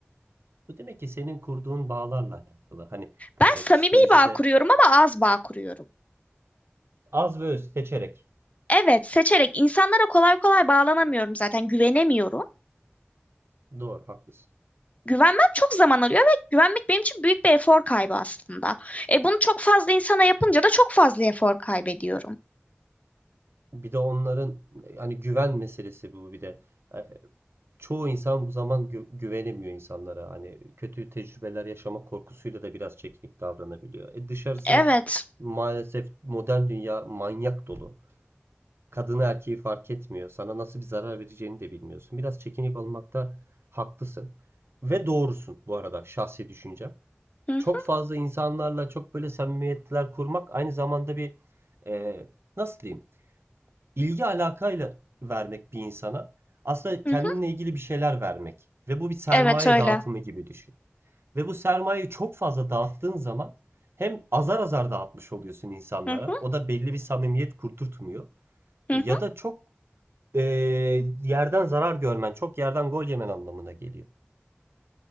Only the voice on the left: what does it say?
Ben
samimi
bağ kuruyorum ama az bağ kuruyorum.
Evet, seçerek insanlara kolay kolay bağlanamıyorum zaten, güvenemiyorum.
Güvenmem çok zaman alıyor ve güvenmek benim için büyük bir efor kaybı aslında. E bunu çok fazla insana yapınca da çok fazla efor kaybediyorum.
Evet.
Hı hı
hı.
hı.
Evet öyle.
Hı hı
hı.
hı.